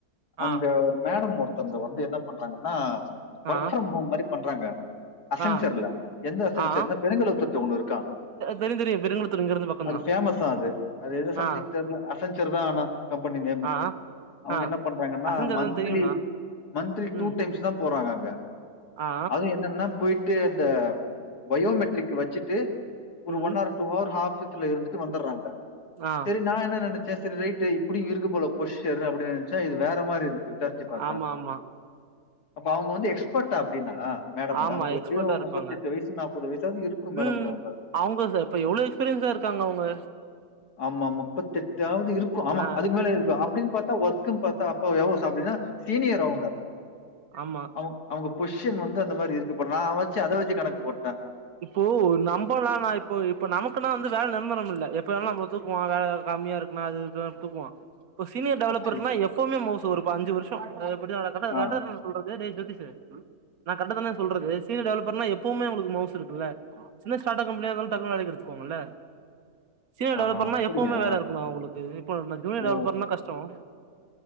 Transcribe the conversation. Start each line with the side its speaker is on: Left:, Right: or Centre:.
Left: அங்க
Right: ஆ
Left: ஒரு மே மேடம் ஒருத்தங்க வந்து என்ன பண்றாங்கன்னா ஒர்க்
Right: ஆ
Left: ஃப்ரம் ஹோம் மாரி பண்றாங்க அசஞ்சர்ல
Right: ஆ
Left: எந்த அசஞ்சர்னா
Right: ஆ
Left: பெருங்களுத்துர்ட்ட ஒன்னு இருக்கா
Right: தெரியு தெரியு பெருங்குளத்தூர் இங்க இருந்து பக்கந்தா
Left: அது பேமஸ்ஸா அது அது எதோ சம்திங்
Right: ஆ
Left: தெர்ல அசஞ்சர்தா ஆனா
Right: ஆ
Left: கம்பெனி நேம்
Right: ஆ
Left: அவங்க
Right: ஆ
Left: என்ன பண்றாங்கன்னா
Right: அசஞ்சர்தா
Left: மன்த்லி
Right: தெரியுண்ணா
Left: மன்த்லி
Right: ம்
Left: டூ டைம்ஸ்தா போறாங்க அங்க
Right: ஆ
Left: அதுவு என்னன்னா போயிட்டு இந்த பயோமெட்ரிக் வச்சுட்டு ஒரு
Right: ம்
Left: ஒன் ஹவர் டூ ஹவர் ஆப் ஸ்ல இருந்துட்டு வந்தடுறாங்க
Right: ஆ
Left: சரி நா என்ன நெனச் சரி சரி ரைட் இப்படிய இருக்கு போல போஷி சன் அப்படின்னு நெனச்சேன் இது வேற மாரி இருக்கு விசாரிச்சு பார்த்தா
Right: ஆமா ஆமா
Left: அப்ப அவங்க வந்து எக்ஸ்பர்டா அப்படினா மேடம்
Right: ஆமா எக்ஸ்பர்ட்டா
Left: எப்டியு
Right: இருப்பாங்க
Left: முப்பத்தெட்டு வயசு நாப்பது வயசாவது இருக்கு மேடம்க்கு
Right: உம்
Left: அவங்க
Right: அவங்க எவ்ளோ எக்ஸ்பீரியன்ஸ்ஸா இருக்காங்க அவங்க
Left: ஆமா முப்பத்தி எட்டாவது இருக்கும் ஆமா
Right: ஆ
Left: அதுக்கு மேல இருக்கும் அப்படின்னு பாத்தா ஒர்க்குனு பாத்தா அப்ப எவ்ளோ வருஷம்னா சீனியர் அவங்க
Right: ஆமா
Left: அவங் அவங்க பொஷிசன் வந்து அந்த மாரி இருக்கு இப்ப நான்மைச்சு அத வச்சு கணக்கு போட்டேன்
Right: இப்போ நம்மல்லாம் நா இப்போ இப்ப நமக்குனா வந்து வேல நிரந்தரம் இல்ல எப்ப வேணாலும் நம்ம தூக்குவான் வேல கம்மியா இருக்கன்னா அது இருக்கு தூக்குவான் ஒரு சீனியர் டெவலப்பர்ன
Left: அப்டியா
Right: எப்பவுமே மௌஸ் ஒரு ப அஞ்சு வருஷம் மச்சி நா கரெட்டா
Left: ஆ
Right: கரெக்ட்தானே சொல்றது டே சதிஷ் நா கரேட்டத்தானே சொல்றது சீனியர் டெவலப்பர்ன எப்பவுமே அவங்களுக்கு மவுசு இருக்குல்ல சின்ன ஸ்டார்ட் அப் கம்பெனியா இருந்தாலும் டக்குன்ன வேலைக்கு எடுத்துக்குவங்கல்ல சீனியர் டெவலப்பர்னா
Left: ஆஹா அப்டியா
Right: எப்பவுமே வேல இருக்கணும் உங்களுக்கு இப்போ ந ஜூனியர்
Left: ஓ
Right: டெவலப்பர்னா கஷ்டம்